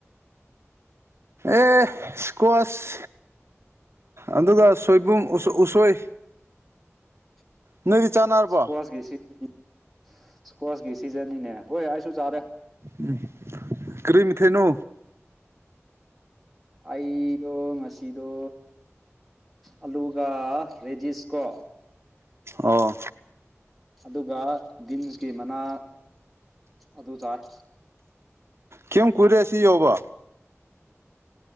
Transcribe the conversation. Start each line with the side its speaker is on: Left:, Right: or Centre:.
Right: ꯑꯦ ꯏꯁꯀ꯭ꯋꯥꯁ ꯑꯗꯨꯒ ꯁꯣꯏꯕꯨꯝ ꯎꯁꯣꯏ
Centre: <unintelligible>
Right: ꯅꯣꯏꯗꯤ ꯆꯥꯅꯔꯕꯣ
Centre: ꯏꯁꯀꯁꯟ ꯏꯁꯀꯁꯀꯤ ꯁꯤꯖꯟꯅꯤꯅꯦ ꯍꯣꯏ ꯑꯩꯁꯨ ꯆꯥꯔꯦ
Right: ꯎꯝ ꯀꯔꯤꯃꯤꯊꯦꯅꯣ
Centre: ꯑꯩꯗꯣ ꯉꯁꯤꯗꯣ ꯑꯂꯨꯒ ꯔꯦꯗꯤꯁꯀꯣ
Right: ꯑꯣ
Centre: ꯑꯗꯨꯒ ꯕꯤꯟꯁꯀꯤ ꯃꯅꯥ ꯑꯗꯨ ꯇꯥꯏ
Right: ꯀꯝ ꯀꯨꯏꯔꯦ ꯁꯤ ꯌꯣꯕ